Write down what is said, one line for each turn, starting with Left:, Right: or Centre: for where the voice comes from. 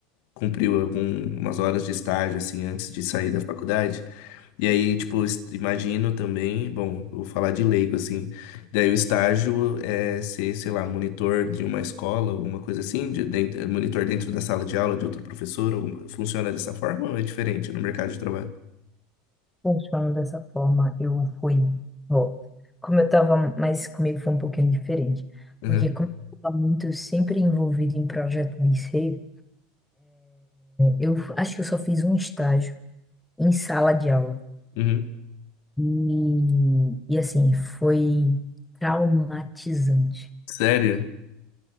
Left: Cumpriu algumas horas de estágio, assim, antes de sair da faculdade. E aí, tipo, es- imagino também, bom, eu vou falar de leigo, assim. Daí o estágio é ser, sei lá, monitor de uma escola, alguma coisa assim, de, dentro- monitor dentro da sala de aula de outro professor, alguma- funciona dessa forma ou é diferente no mercado de trabalho?
Centre: funcionando dessa forma. Eu fui, ó, como eu estava, mas comigo foi um pouquinho diferente.
Left: Uhum.
Centre: Porque como eu estava muito sempre envolvido em projeto de ser, eu f- acho que eu só fiz um estágio em sala de aula.
Left: Uhum.
Centre: E, e assim, foi traumatizante.
Left: Sério?